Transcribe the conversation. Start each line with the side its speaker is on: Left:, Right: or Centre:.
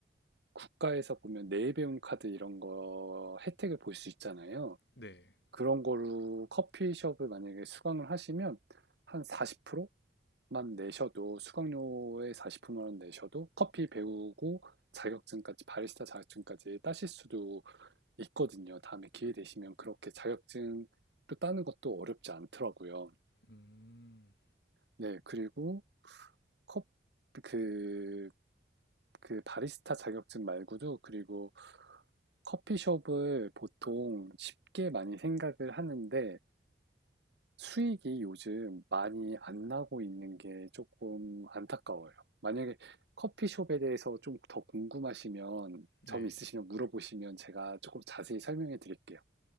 Right: 국가에서 보면 내일 배움 카드 이런 거 혜택을 볼 수 있잖아요.
Left: 네.
Right: 그런 거로 커피숍을 만약에 수강을 하시면 한 40%만 내셔도 수강료의 40%만 내셔도 커피 배우고 자격증까지 바리스타 자격증까지 따실 수도 있거든요. 다음에 기회 되시면 그렇게 자격증도 따는 것도 어렵지 않더라고요.
Left: 음.
Right: 네, 그리고 컵, 그, 그 바리스타 자격증 말고도 그리고 커피숍을 보통 쉽게 많이 생각을 하는데 수익이 요즘 많이 안 나고 있는 게 조금 안타까워요. 만약에 커피숍에 대해서 좀 더 궁금하시면
Left: 네.
Right: 점 있으시면 물어보시면 제가 조금 자세히 설명해 드릴게요.